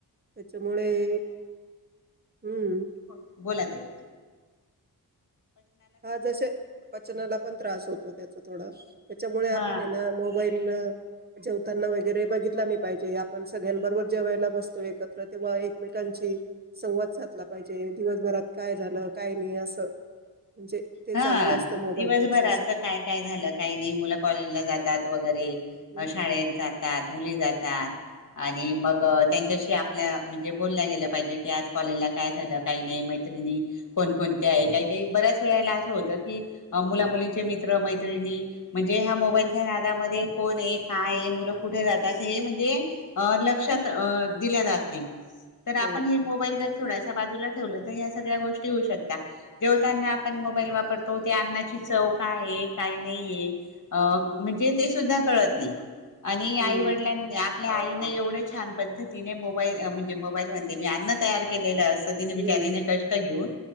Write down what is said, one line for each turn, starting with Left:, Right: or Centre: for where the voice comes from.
Right: त्याच्यामुळे हम्म
Left: हो बोलात आहे
Right: हा जसे पचनाला पण त्रास होतो त्याच थोडं त्याच्यामुळे
Left: हा
Right: आपण आहे ना मोबाईल जेवताना वगैरे बघितला नाही पाहिजे आपण सगळ्यांबरोबर जेवायला बसतो एकत्र तेव्हा एकमेकांची संवाद साधला पाहिजे दिवसभरात काय झालं काय नाही असं म्हणजे ते
Left: हा
Right: चांगलं असतं मोबाईलपेक्षा
Left: दिवसभराच
Right: असं
Left: काय काय झालं काही नाही मुलं कॉलेजला जातात वगैरे
Right: हम्म.
Left: अ शाळेत जातात मुली जातात आणि मग त्यांच्याशी आपल्या म्हणजे बोलल्या गेलं पाहिजे की आज कॉलेजला काय झालं काही नाही मैत्री णी कोणकणते आहे काय काही बऱ्याच मित्र मैतरीणी म्हणजे या मोबाईलच्या नादामध्ये कोण आहे काय मुलं कुठे जातात हे म्हणजे लक्षात दिल्या जात नाही तर
Right: हो
Left: आपण हे मोबाईल जर थोड्याश बाजूला ठेवलं तर या सगळ्या गोष्टी होऊ शकता जेव्हा त्यांना ण मोबाईल वापरतो ते अन्नाची चव काय काय नाहीय म्हणजे ते सुद्धा कळत नाही आणि
Right: हम्म
Left: आई वडिलांनी आपल्या आईने एवढं छान पद्धतीने मोबाईल म्हणजे मोबाईल म्हणते मी अन्न तयार केलेल असत तिन बिचारी
Right: हम्म
Left: ने कष्ट घेऊन